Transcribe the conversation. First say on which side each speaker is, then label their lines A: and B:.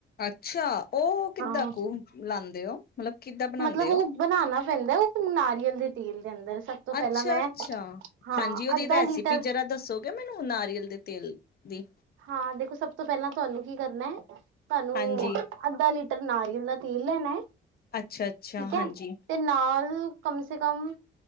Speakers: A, on the left (about 50°); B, on the right (about 80°).
A: ਅੱਛਾ ਉਹ ਕਿੱਦਾਂ
B: ਹਾਂ,
A: ਕੁ ਲਾਉਦੇ ਹੋ ਮਤਲਬ। ਕਿੱਦਾਂ ਬਣਾਉਂਦੇ
B: ਮਤਲਬ
A: ਹੋ
B: ਉਹ ਬਣਾਉਣਾ ਪੈਂਦਾ ਉਹ ਨਾਰੀਅਲ ਦੇ ਤੇਲ। ਦੇ ਅੰਦਰ ਸਭ ਤੋਂ ਪਹਿਲਾਂ
A: ਅੱਛਾ
B: ਮੈਂ
A: ਅੱਛਾ
B: ਹਾਂ,
A: ਹਾਂਜੀ ਉਹਦੀ
B: ਅੱਧਾ
A: ਰੈਸਪੀ
B: ਲੀਟਰ
A: ਜਰਾ ਦੱਸੋਗੇ ਮੈਨੂੰ ਨਾਰੀਅਲ ਦੇ ਤੇਲ ਦੀ। ਦੀ।
B: ਹਾਂ ਦੇਖੋ ਸਭ ਤੋਂ ਪਹਿਲਾਂ ਤੁਹਾਨੂੰ ਕੀ ਕਰਨਾ ਹੈ? ਤੁਹਾਨੂੰ
A: ਹਾਂਜੀ
B: ਅੱਧਾ ਲੀਟਰ ਨਾਰੀਅਲ ਦਾ ਤੇਲ। ਠੀਕ
A: ਅੱਛਾ ਅੱਛਾ
B: ਹੈ
A: ਹਾਂਜੀ
B: ਤੇ ਨਾਲ ਕਮ। ਤੇ ਕਮ